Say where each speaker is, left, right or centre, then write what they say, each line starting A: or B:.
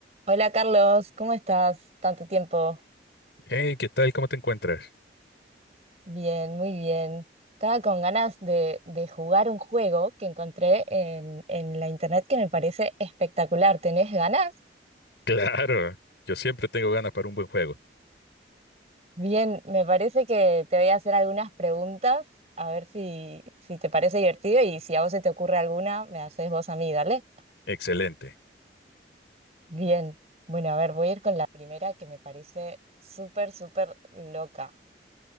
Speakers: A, on the right; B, on the left.
A: Hola Carlos, ¿cómo estás? Tanto tiempo.
B: Hey, ¿qué tal? ¿Cómo te encuentras?
A: Bien, muy bien. Estaba con ganas de, de jugar un juego que encontré en, en la internet que me parece espectacular. ¿Tenés ganas?
B: Claro, yo siempre tengo ganas para un buen juego.
A: Bien, me parece que te voy a hacer algunas preguntas, a ver si, si te parece divertido y si a vos se te ocurre alguna, me haces vos a mí, dale.
B: Excelente.
A: Bien, bueno, a ver, voy a ir con la primera que me parece súper, súper loca.